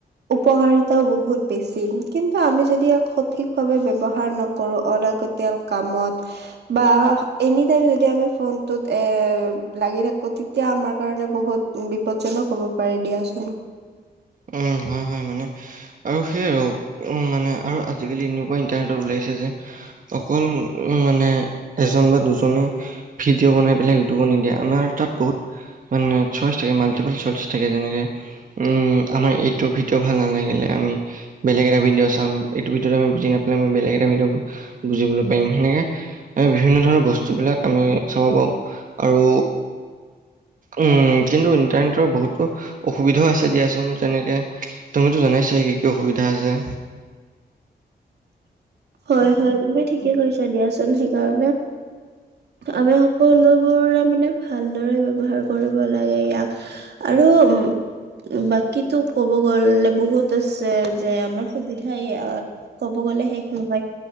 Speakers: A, on the right; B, on the right.
A: উপকাৰিতাও বহুত বেছি কিন্তু আমি যদি ইয়াক সঠিকভাৱে ব্যৱহাৰ ন কৰো অলাগতিয়াল কামত বা এনিটাইম যদি আমি ফোনটোত এ লাগি থাকো তেতিয়া আমাৰ কাৰণে বহুত বিপদ জনক হ'ব পাৰে দিয়াচোন
B: উম হয় হয় মানে আৰু সেইয়া আৰু মানে আৰু আজিকালি এনেকুৱা ইন্টাৰনেটত ওলাইছে যে। অকল মানে এজন বা দুজনে ভিডিঅ' বনাই পেলাই ইউটিউবত নিদিয়ে আমাৰ তাত বহুত মানে চইচ থাকে মাল্টিপাল চইচ থাকে যেনেকে উম আমাৰ এইটো ভিডিঅ' ভাল নালাগিলে আমি বেলেগ এটা ভিডিঅ' চাম এইটো ভিডিঅ'ত আমি বুজি নাপালে বেলেগ এটা ভিডিঅ' বুজিবলৈ পাৰিম হেনেকে আ বিভিন্ন ধৰণৰ বস্তু বিলাক আমি চাব পাৰো আৰু উম কিন্তু ইণ্টাৰনেটৰ বহুতো অসুবিধাও আছে দিয়াচোন তেনেকে তুমিতো জানাই চাগে কি কি অসুবিধা আছে
A: হয় হয় তুমি ঠিকে কৈছা দিয়াচোন সেইকাৰণে। আমি সকলোবোৰে মানে ভালদৰে ব্যৱহাৰ কৰিব লাগে ইয়াক আৰু উম বাকীতো ক'ব গলে বহুত আছে যে আমাৰ সুবিধা ইয়াত ক'ব গ'লে শেষ নহয়